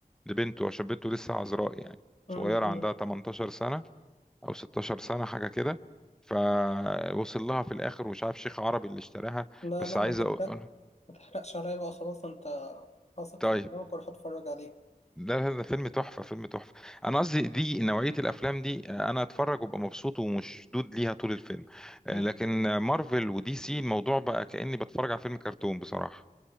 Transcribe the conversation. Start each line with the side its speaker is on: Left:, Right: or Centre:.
Centre: لبنته عشان بنته لسه عذراء يعني
Left: امم
Centre: صغيره
Left: أمم.
Centre: عندها 18 سنه او 16 سنه حاجه كده فوصل لها في الاخر ومش عارف شيخ عربي اللي اشتراها
Left: لا
Centre: بس
Left: لا
Centre: عايز
Left: ما تحرق
Centre: اقول
Left: ما تحرقش عليا بقى خلاص انت واثق
Centre: طيب
Left: في كلامك وراح اتفرج عليه
Centre: لا لا ده فيلم تحفة فيلم تحفة أنا قصدي دي نوعية الأفلام دي آه، أنا أتفرج وأبقى مبسوط ومشدود ليها طول الفيلم آه،
Left: امم
Centre: لكن آه، مارفل ودي سي الموضوع بقى كأني بتفرج على فيلم كرتون بصراحة